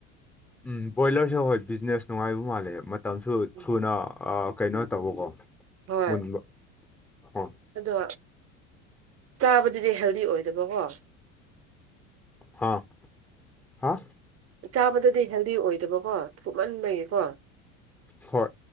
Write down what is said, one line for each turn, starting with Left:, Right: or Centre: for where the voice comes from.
Centre: ꯎꯝ ꯕꯣꯏꯂꯔꯁꯨ ꯍꯣꯏ ꯕꯤꯖꯤꯅꯦꯁ ꯅꯨꯡꯉꯥꯏꯕ ꯃꯥꯜꯂꯦ ꯃꯇꯝꯁꯨ
Right: ꯎꯝ.
Centre: ꯊꯨꯅ ꯀꯩꯅꯣ ꯇꯧꯕꯀꯣ
Right: ꯍꯣꯏ
Centre: ꯃꯨꯟꯕ ꯍꯣꯏ
Right: ꯑꯗꯣ ꯆꯥꯕꯗꯨꯗꯤ ꯍꯦꯜꯗꯤ ꯑꯣꯏꯗꯕꯀꯣ
Centre: ꯍꯥꯥ ꯍꯥ
Right: ꯆꯥꯕꯗꯗꯤ ꯍꯦꯜꯗꯤ ꯑꯣꯏꯗꯕꯀꯣ ꯊꯨꯞꯍꯟꯕꯩꯌꯦꯀꯣ
Centre: ꯍ